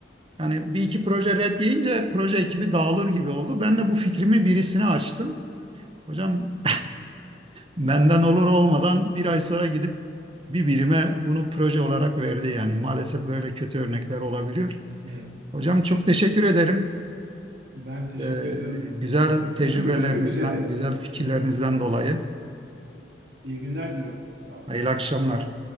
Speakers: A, on the right; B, on the right.
A: yani bir iki proje red yiyince proje ekibi dağılır gibi oldu. Ben de bu fikrimi birisine açtım. Hocam <laughs> benden olur olmadan bir ay sonra gidip bir birime bunu proje olarak verdi. Yani maalesef böyle kötü örnekler olabiliyor.
B: Ee,
A: Hocam çok teşekkür ederim.
B: Ben teşekkür
A: Ee,
B: ediyorum bu
A: güzel
B: sohbet
A: tecrübelerinizden,
B: için. Görüşmek üzere.
A: güzel fikirlerinizden
B: İyi,
A: dolayı
B: iyi günler diliyorum. Sağ olun.
A: hayırlı akşamlar.